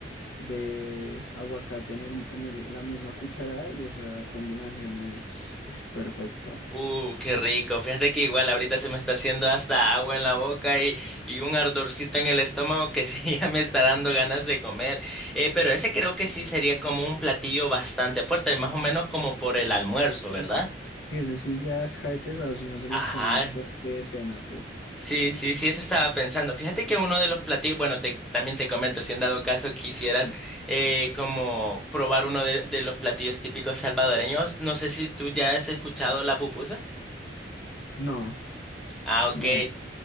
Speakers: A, on the left; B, in the centre.
A: de aguacate en el, en el- la misma cucharada y esa combinación es ush, perfecta.
B: Uh, qué rico. Fíjate que igual ahorita se me está haciendo hasta agua en la boca y, y un ardorcito en el estómago que sí <laughs> ya me está dando ganas de comer. Eh, pero ese creo que sí sería como un platillo bastante fuerte, más o menos como por el almuerzo, ¿verdad?
A: Sí. Y ese sí ya cae pesado si no se
B: Ajá.
A: lo come de de cena, pues.
B: Sí, sí, sí, eso estaba pensando. Fíjate que uno de los platillos, bueno, te, también te comento, si en dado caso quisieras
A: Sí.
B: eh, como probar uno de, de los platillos típicos salvadoreños, no sé si tú ya has escuchado la pupusa.
A: No,
B: Ah, ok.
A: no. es-